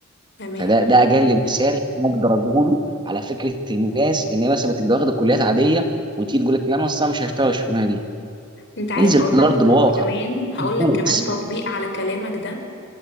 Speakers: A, on the left; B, on the right.
A: تمام
B: فده ده اجل مثال اقدر اقوله على فكره الناس ان هي مثلا بتبقى واخده كليات عاديه وتيجي تقول لك لا انا اصلا مش هشتغل الشغلانه دي
A: انت عارف
B: انزل
A: هقول
B: لارض
A: لك
B: الواقع
A: كمان هقول
B: بص
A: لك كمان تطبيق على كلامك ده